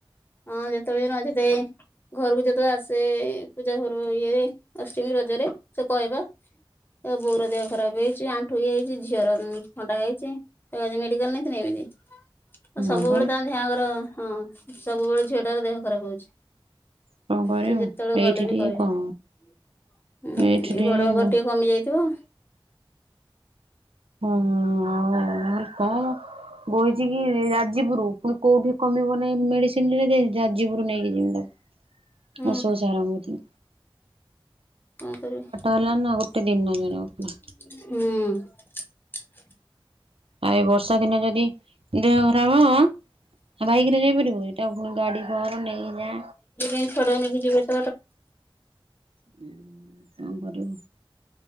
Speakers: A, on the left; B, on the right.
A: ହଁ ଯେତେବେଳେ ନଛିତ ଘରକୁ ଯେତେବେଳେ ଆସ ସେ ପୂଜା ଘର ଇଏ ଅଷ୍ଟମୀ ରଜରେ ସେ କହିବା ଆ ବୋଉର ଦେହ ଖରାପ ହେଇଛି ଆଣ୍ଠୁ ବିଇ ହେଇଛି ଝିଅ ଥଣ୍ଡା ହେଇଛି ଆ ମେଡିକାଲ ନେଇ ନେବି ହ ଓ ସବୁବେଳେ
B: ହଁ ପା
A: ତଙ୍କ ଦେଁଙ୍କର ହଁ ସବୁବେଳେ ଝିଅଟାର ଦେହ ଖରାପ ହଉଛି
B: କଣ କରିବୁ
A: ସେ ଯେତେବେଳେ
B: ଏଇଠି
A: ଗଲେ ବି
B: ଟିକେ
A: କହିବେ
B: କମ
A: ହୁଁ
B: ଏଇଠି
A: ଏଇ ବଡ ଖବର
B: ହଁ
A: ଟିକେ କମି ଯାଇଥିବ
B: ହୁଁ ଆଉହାରପା ବହିଛି କି ରାଜିବରୁ ପୁଣି କୋଉଠି କମିବ ନାହି ମେଡିସିନ ରେ ଯାଜବରୁ ନେଇକିମି
A: ହୁଁ
B: ମୁଁ ଶୁଚାରଦ
A: କଣ କରିବି
B: ହେଲା ନା ଗୋଟେ ଦିନ ଜଣେ ଉଠିଲା।
A: <inaudible> ହୁଁ <inaudible>
B: ଆଉ ଏଇ ବର୍ଷା ଦିନେ ଯଦି ଦେହଖରାପ ହବ ବାଇକରେ ଯାଇପାରିବୁ ତାକୁ ପୁଣି ଗାଡିକର ନେଇକି ଯା
A: କେମିତି ଛୁଆଟାକୁ ନେଇକି ଯିବ ଯେ
B: ହୁଁ କଣ କରିବୁ